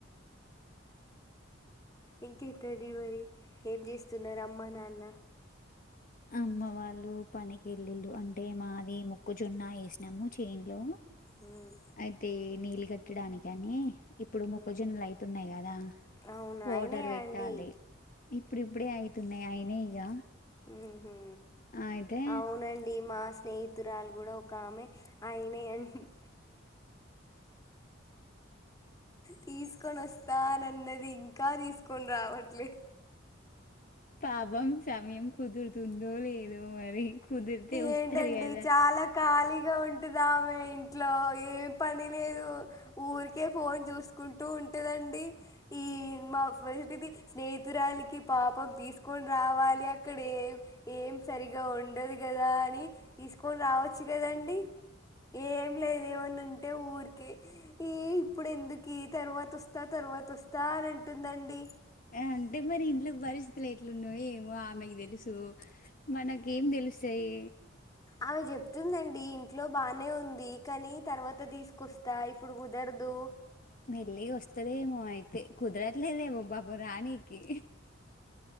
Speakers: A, on the left; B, on the left.
A: ఇంకేంటండి మరి ఏం చేస్ సున్నరు అమ్మ నాన్న
B: అమ్మ వాళ్ళు పనికేలిళ్ళు అంటే మాది మొక్కజొన్న ఏసినాము చేన్లో
A: హ్మ్.
B: అయితే నీలి పెట్టాడానీ కని ఇప్పుడు మొక్కజొన్నలు
A: హ్మ్.
B: అయితున్నాయి కదా
A: అవునా?
B: పొడర్
A: అయినయా
B: వేట్టాలి
A: అండి?
B: ఇప్పుడు ఇప్పుడే అయితున్నాయి అయినై ఇగ
A: ఉహు
B: అయితే
A: అవునండి మాస్ స్నేహితురాలు కూడా ఒకామె అయి నేన్ హ్మ్ తీసుకొని వస్తానన్నది ఇంకా తీసుకొని రావట్లే
B: పాపం సమయం కుదురుతుందో లేదో మరి కుదిరితే వస్తది
A: ఏంటండి
B: కదా
A: చాలా ఖాళీగా ఉంటుది ఆమె ఇంట్లో యేం పని లేదు ఊరికే ఫోన్ చూసు కుంటూ ఉంటుదండి ఈ మా <unintelligible> స్నేహి తురాలికి పాపం తీసుకొని రావాలి అక్కడ యేం ఏం సరిగా ఉండదు గదా అని తీసుకొని రావచ్చు గదండి. యేంలేదు ఏమన్న అంటే ఊరికే ఈ ఇప్పుడు ఎందుకే తర్వాత వొస్తా తర్వాతొస్తా అని అంటుందండి.
B: ఆ అంటే మరి ఇంట్లో బరిస్థితులు ఎట్లున్నో ఏమో ఆమెకి తెలుసు మనకేం దెలుస్సయి.
A: ఆమె జెప్ తుందండి ఇంట్లో బానే ఉం ది కానీ తర్వాత దీసుకొస్తా ఇప్పుడు ఉదరదు
B: మెళ్లిగ వస్తదేమో అయితే కుదరట్లేదేమో బా వరానీకి